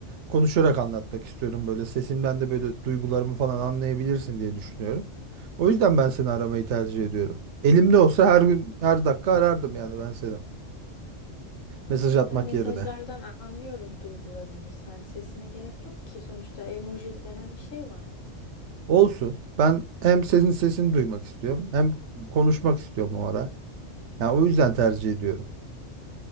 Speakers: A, on the right; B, on the left.
A: konuşarak anlatmak istiyorum. Böyle sesimden de böyle duygularımı falan anlayabilirsin diye düşünüyorum. O yüzden ben seni aramayı tercih ediyorum. Elimde olsa her gün her dakika arardım yani ben seni. Mesaj atmak
B: Ben mesajlardan
A: yerine.
B: anlıyorum duygularını. Sen sesine gerek yok ki sonuçta emoji denen bir şey var.
A: Olsun. Ben hem senin sesini duymak istiyorum hem konuşmak istiyorum o ara. Yani o yüzden tercih ediyorum.